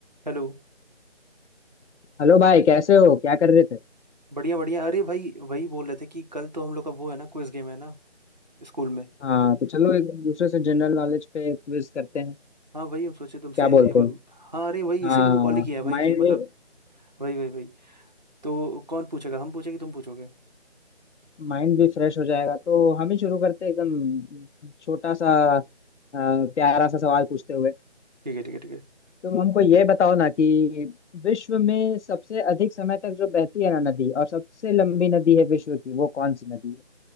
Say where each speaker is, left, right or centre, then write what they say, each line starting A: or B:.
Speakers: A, on the right (about 40°); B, on the left (about 80°).
A: Hello
B: हेलो भाई कैसे हो क्या कर रहे थे
A: बढ़िया बढ़िया अरे भाई वही बोल रहे थे कि कल तो हम लोग का वो है ना क्विज गेम है ना स्कूल में
B: हाँ तो चलो एक दूसरे से जनरल नॉलेज पे क्विज करते हैं
A: हाँ वही हम सोचे तुमसे
B: क्या बोलते
A: एक बार
B: हैं
A: हाँ अरे वही
B: हाँ
A: इसीलिए तो कॉल ही किया है भाई
B: माइंड
A: कि मतलब
B: भी
A: वही वही वही तो कौन पूछेगा हम पूछेंगे तुम पूछोगे
B: माइंड भी फ्रेश हो जाएगा तो हम ही शुरू करते हैं एकदम छोटा सा अ, प्यारा सा सवाल पूछते हुए
A: ठीक है ठीक है ठीक है
B: तुम हमको ये बताओ ना कि विश्व में सबसे अधिक समय तक जो बहती है ना नदी और सबसे लंबी नदी है विश्व की वो कौन सी नदी है